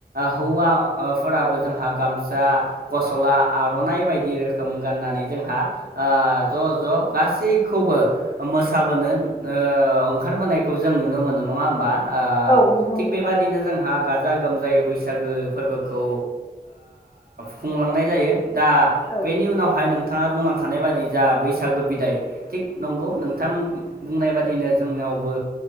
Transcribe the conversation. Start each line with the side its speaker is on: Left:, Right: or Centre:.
Right: हौवा। फोराबो जोंहा गामसा गसला आर'नाइ बायदि रोखोम। रोखोम गाननानै जोंहा ओ ज' ज' गासैखौबो मोसाबोनो ओ ओंखारबोनायखौ जों नुनो मोननाय ना होनबा ओ
Left: औ नंगौ
Right: थिग
Left: नोंथां
Right: बेबदिनो जोंहा गाजा गोमजायै बैसागो फोरबोखौ खुंलांनाय जायो दा
Left: औ
Right: बेनि उनावहाय नोंथाङा बुंनां खानाय बादि जा बैसागो बिदाय थिग नंगौ नोंथां बुंनाय बादिनो जोंनावबो